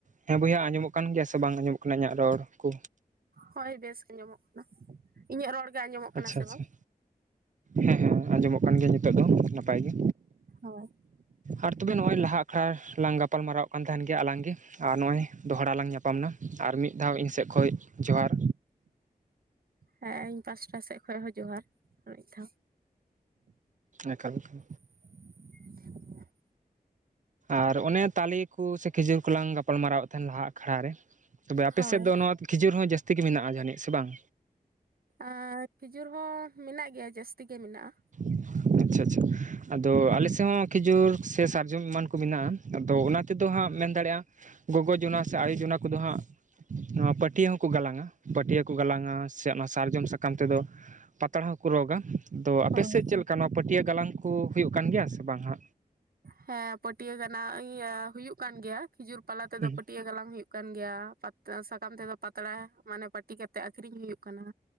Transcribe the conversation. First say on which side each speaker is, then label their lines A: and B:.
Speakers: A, on the right (about 55°); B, on the right (about 75°).
A: ᱦᱮᱸ ᱵᱚᱭᱦᱟ ᱟᱸᱡᱚᱢᱚᱜ ᱠᱟᱱ ᱜᱮᱭᱟ ᱥᱮ ᱵᱟᱝ ᱟᱸᱡᱚᱢᱚᱜ ᱠᱟᱱᱟ ᱤᱧᱟᱹᱜ ᱨᱚᱲ ᱠᱩ
B: ᱦᱳᱭ ᱵᱮᱥ ᱜᱮ ᱧᱚᱢᱚᱜ ᱠᱟᱱᱟ ᱤᱧᱟᱹᱜ ᱨᱚᱲ ᱜᱮ ᱟᱸᱡᱚᱢᱚᱜ ᱠᱟᱱᱟ
A: ᱟᱪᱪᱷᱟ
B: ᱥᱮ
A: ᱟᱪᱪᱷᱟ
B: ᱵᱟᱝ?
A: ᱦᱮᱸ ᱦᱮᱸ ᱟᱸᱡᱚᱢᱚᱜ ᱠᱟᱱ ᱜᱮᱭᱟ ᱧᱤᱛᱚᱜ ᱫᱚ ᱱᱟᱯᱟᱭ ᱜᱤ᱾
B: ᱦᱳᱭ
A: ᱟᱨ ᱛᱚᱵᱮ ᱱᱚᱜᱼᱚᱭ ᱞᱟᱦᱟ ᱟᱠᱷᱲᱟ ᱞᱟᱝ ᱜᱟᱯᱟᱞ ᱢᱟᱨᱟᱣ ᱠᱟᱱ ᱛᱟᱦᱮᱱ ᱜᱮᱭᱟ ᱟᱞᱟᱝ ᱜᱤ᱾ ᱟᱨ ᱱᱚᱜᱼᱚᱭ ᱫᱚᱦᱲᱟ ᱞᱟᱝ ᱧᱟᱯᱟᱢ ᱮᱱᱟ ᱟᱨ ᱢᱤᱫ ᱫᱷᱟᱣ ᱤᱧ ᱥᱮᱫ ᱠᱷᱚᱡ ᱡᱚᱦᱟᱨ᱾
B: ᱦᱮᱸ ᱤᱧ ᱯᱟᱥᱴᱟ ᱥᱮᱫ ᱠᱷᱚᱡ ᱦᱚᱸ ᱡᱚᱦᱟᱨ ᱟᱨ ᱢᱤᱫᱫᱷᱟᱣ᱾
A: ᱮᱠᱟᱞ ᱮᱠᱟᱞ
B: <inaudible>
A: ᱟᱨ ᱚᱱᱮ ᱛᱟᱞᱮ ᱠᱩ ᱥᱮ ᱠᱷᱤᱡᱩᱨ ᱠᱚᱞᱟᱝ ᱜᱟᱯᱟᱞ ᱢᱟᱨᱟᱣᱮᱫ ᱛᱟᱦᱮᱸᱱ ᱞᱟᱦᱟ‌ ‌‌‍‌‍ᱟᱠᱷᱲᱟ ᱨᱮ᱾ ᱛᱚᱵᱮ ᱟᱯᱮ
B: ᱦᱳᱭ
A: ᱥᱮᱫ ᱫᱚ ᱱᱚᱣᱟ ᱠᱷᱤᱡᱩᱨ ᱦᱚᱸ ᱡᱟᱹᱥᱛᱤ ᱜᱮ ᱢᱮᱱᱟᱜᱼᱟ ᱡᱟᱹᱱᱤᱡ ᱥᱮ ᱵᱟᱝ?
B: ᱟᱨ ᱠᱷᱤᱡᱩᱨ ᱦᱚᱸ ᱢᱮᱱᱟᱜ ᱜᱮᱭᱟ ᱡᱟᱹᱥᱛᱤ ᱜᱮ ᱢᱮᱱᱟᱜᱼᱟ᱾
A: <inaudible> ᱟᱪᱪᱷᱟ ᱟᱪᱪᱷᱟ ᱟᱫᱚ ᱟᱞᱮᱥᱮᱫ ᱦᱚᱸ ᱠᱷᱤᱡᱩᱨ ᱥᱮ ᱥᱟᱨᱡᱚᱢ ᱮᱢᱟᱱ ᱠᱚ ᱢᱮᱱᱟᱜ-ᱟ, ᱟᱫᱚ ᱚᱱᱟ ᱛᱮᱫᱚ ᱦᱟᱸᱜ ᱢᱮᱱ ᱫᱟᱲᱮᱭᱟᱜᱼᱟᱢ ᱜᱚᱜᱚ ᱡᱚᱱᱟ ᱥᱮ ᱟᱭᱳ ᱡᱚᱱᱟ ᱠᱚᱫᱚ ᱦᱟᱸᱜ, ᱱᱚᱣᱟ ᱯᱟᱹᱴᱭᱟᱹ ᱦᱚᱸᱠᱚ ᱜᱟᱞᱟᱝᱼᱟ, ᱯᱟᱹᱴᱭᱟᱹ ᱠᱚ ᱜᱟᱞᱟᱝᱼᱟ ᱥᱮ ᱚᱱᱟ ᱥᱟᱨᱡᱚᱢ ᱥᱟᱠᱟᱢ ᱛᱮᱫᱚ, ᱯᱟᱛᱲᱟ ᱦᱚᱸᱠᱚ ᱨᱚᱜᱟ ᱟᱫᱚ ᱟᱯᱮᱥᱮᱫ
B: ᱦᱳᱭ
A: ᱪᱮᱫᱮᱠᱟ ᱱᱚᱣᱟ ᱯᱟᱹᱴᱭᱟᱹ ᱜᱟᱞᱟᱝ ᱠᱚ ᱦᱩᱭᱩᱜ ᱠᱟᱱ ᱜᱮᱭᱟ ᱥᱮ ᱵᱟᱝ-ᱟ?
B: ᱦᱮᱸ ᱯᱟᱹᱴᱭᱟᱹ ᱜᱟᱞᱟᱝ ᱤᱭᱟᱹ ᱦᱩᱭᱩᱜ ᱠᱟᱱ ᱜᱮᱭᱟ ᱠᱷᱤᱡᱩᱨ ᱯᱟᱞᱟ ᱛᱮᱫᱚ
A: ᱦᱩᱸ
B: ᱯᱟᱹᱴᱭᱟᱹ ᱜᱟᱞᱟᱝ ᱦᱩᱭᱩᱜ ᱦᱩᱭᱩᱜ ᱠᱟᱱ ᱜᱮᱭᱟ ᱯᱟᱛ ᱥᱟᱠᱟᱢ ᱛᱮᱫᱚ ᱯᱟᱛᱲᱟ ᱢᱟᱱᱮ ᱯᱟᱹᱴᱤ ᱠᱟᱛᱮᱜ ᱟᱠᱷᱨᱤᱧ ᱦᱩᱭᱩᱜ ᱠᱟᱱᱟ᱾